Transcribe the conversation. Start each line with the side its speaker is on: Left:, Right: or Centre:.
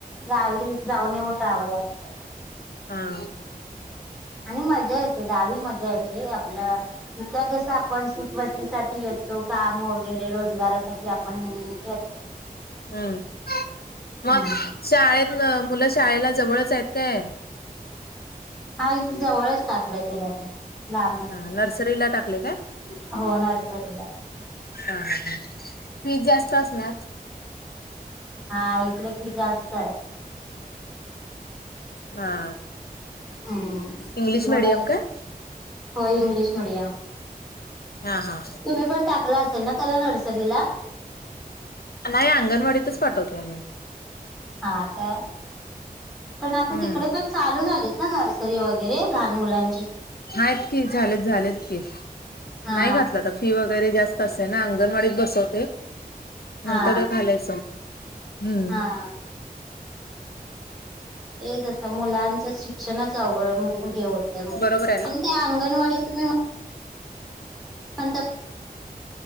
Centre: गावी जाऊन येऊन राहावं लाग
Left: हा.
Centre: आणि मजा येते गावी मजा येते आपलं इथं कस आपण सुखवस्तीसाठी येतो, काम वगैरे रोजगारासाठी आपण येतो.
Left: हम्
Centre: येतो
Left: मग? शाळेतन मुलं शाळेला जवळच आहेत काय?
Centre: हा इथ जवळच टाकलंय त्याला मी. लांबन येतात
Left: हा नर्सरीला टाकले काय
Centre: हो नर्सरीला
Left: हा, हा, हा फीज जास्त असणार?
Centre: हा इकड फी जास्त आहे.
Left: हा.
Centre: हम्म फी
Left: इंग्लिश मिडियम
Centre: मुलाची
Left: काय
Centre: हो इंग्लिश मिडियम
Left: हा हा.
Centre: तुम्ही पण टाकला असल ना त्याला नर्सरीला?
Left: नाही अंगणवाडीतच पाठवतोय आम्ही.
Centre: हा का पण आता
Left: हम्म
Centre: तिकडे पण चालू झाले त ना नर्सरी वगैरे लहान मुलां
Left: हायत की झालेत झालेत की
Centre: हा
Left: नाही घातलं आता फी वगैरे जास्त असते ना अंगणवाडीत बसवते, नंतर
Centre: हा
Left: घालायचं. हम्म.
Centre: हा तेच आता मुलांचं शिक्षणच आवघड हे होतय पण
Left: बरोबर आहे ना
Centre: ते अंगणवाडी तुम्ही पण